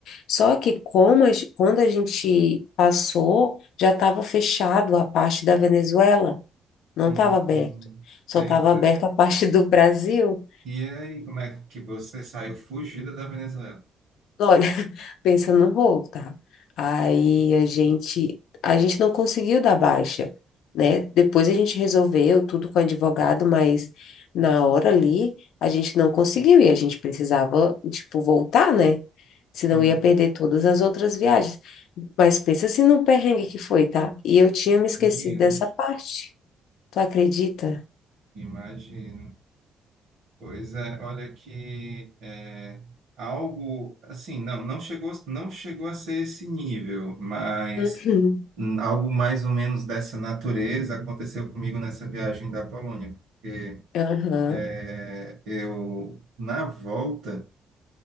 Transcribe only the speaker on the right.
Hum,
hum.
Eita.
E aí, como é que você saiu fugida da Venezuela?
Hum,
imagino,
imagino. Pois é, olha que é, algo assim, não, não chegou, não chegou a ser esse nível, mas
hum, algo mais ou menos dessa natureza aconteceu comigo nessa viagem da Polônia, porque
é, eu na volta